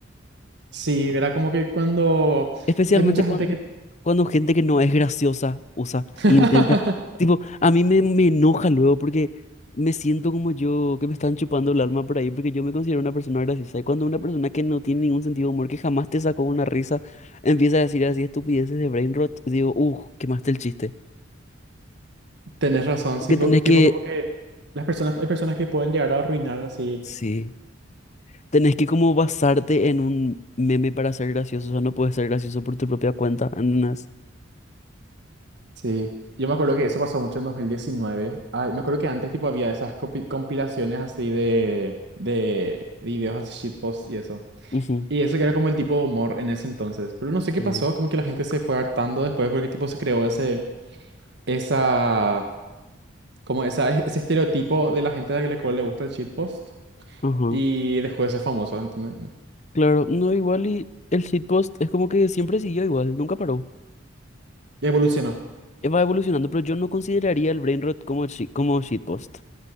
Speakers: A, on the right (about 60°); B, on the left (about 35°).
A: Sí, era como que cuando
B: Especialmente
A: hay mucha
B: cuando,
A: gente que...
B: cuando gente que no es graciosa usa
A: <laughs>
B: e intenta. Tipo, a mí me, me enoja luego porque me siento como yo, que me están chupando el alma por ahí porque yo me considero una persona graciosa. Y cuando una persona que no tiene ningún sentido de humor, que jamás te sacó una risa, empieza a decir así estupideces de brain rot, digo, uff, quemaste el chiste.
A: Tenés razón, sí,
B: Que
A: po-
B: tenés
A: tipo
B: que,
A: como que las personas, hay personas que pueden llegar a arruinar así.
B: sí, tenés que como basarte en un meme para ser gracioso, o sea, no puedes ser gracioso por tu propia cuenta, en unas...
A: Sí, yo me acuerdo que eso pasó mucho en dos mil diecinueve Ay, me acuerdo que antes tipo había esas compi- compilaciones así de, de videos así shitpost y eso.
B: Ujú,
A: Y eso que era como el tipo de humor en ese entonces. Pero no sé qué
B: Sí.
A: pasó, como que la gente se fue hartando después porque tipo se creó ese, esa, como esa, ese estereotipo de la gente a la cual le gusta el shitpost.
B: Ajá.
A: y dejó de ser famoso, ¿entendés?
B: Claro, no, igual y el shitpost es como que siempre siguió igual, nunca paró.
A: evolucionó.
B: Eh, Va evolucionando, pero yo no consideraría el brain rot como, shi- como shitpost.